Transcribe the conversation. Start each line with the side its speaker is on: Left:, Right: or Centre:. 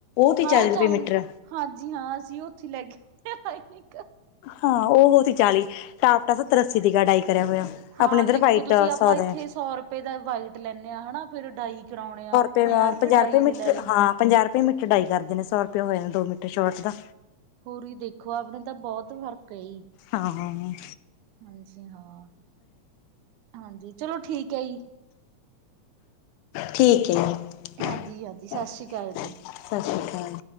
Left: ਤੇ
Right: ਹਾਂ
Left: ਚਾਲੀ
Right: ਉਹ
Left: ਰੁਪਏ
Right: ਚਾ ਵਾਲੀ
Left: ਮੀਟਰ
Right: ਹਾਂ ਹਾਂਜੀ ਹਾਂ ਅਸੀਂ ਉੱਥੇ ਹੀ ਲੈ ਕੇ ਉਦੇ ਲੈਨੀਗ।
Left: ਹਾਂ ਉਹ ਵਾਲੀ ਤ ਚਾਲੀ ਟਾਪਟਾ ਸੱਤਰ-ਅੱਸੀ ਦੀ ਡਾਈ ਕਰਿਆ ਹੋਇਆ
Right: ਹਾਂ
Left: ਆਪਣੇ ਇੱਧਰ
Right: ਦੇਖੋ
Left: ਵਾਈਟ
Right: ਤੁਸੀਂ ਆਪਾਂ
Left: ਸੌ ਦਾ
Right: ਇੱਥੇ ਸੌ ਰੁਪਏ ਦਾ ਵਾਈਟ ਲੈਂਦੇ ਹਾਂ ਹਨਾ ਫਿਰ ਡਾਈ ਕਰਾਉਣੇ ਆ।
Left: ਤੇ ਹਾਂ ਪੰਜਾਹ
Right: ਡਾਈ
Left: ਰੁਪਏ ਮੀਟਰ
Right: ਦੇ ਲੈ ਲੈਂਦੇ
Left: ਹਾਂ
Right: ਨੇ।
Left: ਪੰਜਾਹ ਰੁਪਏ ਮੀਟਰ ਡਾਈ ਕਰਦੇ ਨੇ ਸੌ ਰੁਪਏ ਹੋਜਾਦਾ ਦੋ ਮੀਟਰ ਸ਼ੋਰਟ ਦਾ।
Right: ਹੋਰ ਹੀ ਦੇਖੋ ਆਪਣੇ ਤਾਂ ਬਹੁਤ ਫ਼ਰਕ ਅਏ।
Left: ਹਾਂ-ਹਾਂ।
Right: ਹਾਂਜੀ ਹਾਂ ਹਾਂਜੀ ਚਲੋ ਠੀਕ ਹੈ ਈ।
Left: ਠੀਕ ਹੈ
Right: ਹਾਂਜੀ
Left: ਸਤਿ
Right: ਹਾਂਜੀ ਸ਼੍ਰੀ ਅਕਾਲ ਜੀ।
Left: ਸ਼੍ਰੀ ਅਕਾਲ।